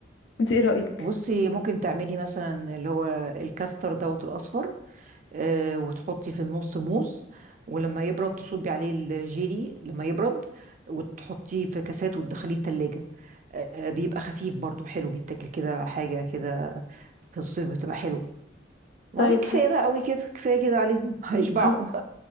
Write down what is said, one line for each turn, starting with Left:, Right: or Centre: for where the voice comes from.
Left: انت ايه رأيك
Right: بصي ممكن تعملي مثلا اللي هو الكاستر دوت الأصفر آه، وتحطي في النص موز ولما يبرد تصبي عليه الجيلي لما يبرد وتحطيه في كاسات وتدخليه التلاجة آه، بيبقى خفيف برضو حلو بيتاكل كده حاجة كده في الصيف بتبقى حلوة وبعدين
Left: طيب
Right: كفاية
Left: حق.
Right: بقى قوي كده كفاية كده عليهم <laughs> هيشبعوا
Left: أه.